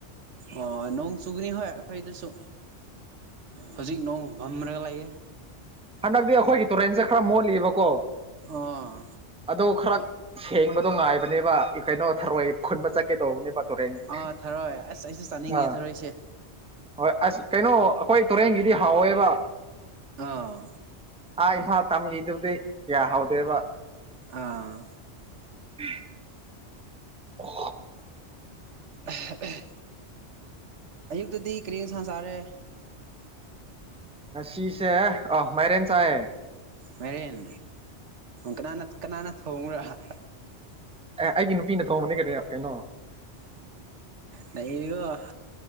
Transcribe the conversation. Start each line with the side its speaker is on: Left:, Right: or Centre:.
Right: ꯑꯣ ꯅꯣꯡ ꯆꯨꯒꯅꯤ ꯍꯣꯏ ꯑꯩꯈꯣꯏꯗꯁꯨ ꯍꯧꯖꯤꯛ ꯅꯣꯡ ꯃꯝꯔꯒ ꯂꯩꯥꯌꯦ
Centre: ꯍꯟꯗꯛꯇꯤ ꯑꯩꯈꯣꯏꯒꯤ ꯇꯨꯔꯦꯟꯁꯦ ꯈꯔ ꯃꯣꯠꯂꯤꯕꯀꯣ
Right: ꯑꯥ
Centre: ꯑꯗꯨ ꯈꯔ ꯁꯦꯡꯕꯗꯣ ꯉꯥꯏꯕꯅꯦꯕ ꯀꯩꯅꯣ ꯊꯔꯣꯏ ꯈꯨꯟꯕ ꯆꯠꯀꯦ ꯇꯧꯕꯅꯦꯕ ꯇꯨꯔꯦꯟꯒꯤ
Right: ꯑꯥ ꯊꯔꯣꯏ ꯑꯁ ꯑꯩꯁꯨ ꯆꯥꯅꯤꯡꯉꯦ
Centre: ꯑ
Right: ꯊꯔꯣꯏꯁꯦ
Centre: ꯍꯣꯏ ꯑꯁ ꯀꯩꯅꯣ ꯑꯩꯈꯣꯏ ꯇꯨꯔꯦꯟꯒꯤꯗꯤ ꯍꯥꯎꯋꯦꯕ
Right: ꯑꯥ
Centre: ꯑꯥ ꯏꯝꯐꯥꯜ ꯇꯝꯒꯤꯗꯨꯗꯤ ꯀꯌꯥ ꯍꯥꯎꯗꯦꯕ
Right: ꯑꯥ
Centre: ꯎꯝ ꯑꯣ
Right: ꯑꯍꯦ ꯑꯍꯦ ꯑꯌꯨꯛꯇꯗꯤ ꯀꯔꯤ ꯏꯟꯁꯥꯡ ꯆꯔꯦ
Centre: ꯉꯥꯁꯤꯁꯦ ꯑꯣ ꯃꯥꯏꯔꯦꯟ ꯆꯥꯢꯌꯦ
Right: ꯃꯥꯢꯔꯦꯟ ꯀꯅꯥꯅ ꯀꯅꯥꯅ ꯊꯣꯡꯕ꯭ꯔꯥ ꯍꯥꯍꯥ
Centre: ꯑꯦ ꯑꯩꯒꯤ ꯅꯨꯄꯤꯅ ꯊꯣꯡꯕꯅꯤ ꯀꯔꯤ ꯀꯩꯅꯣ
Right: ꯅꯩꯌꯦꯀꯣ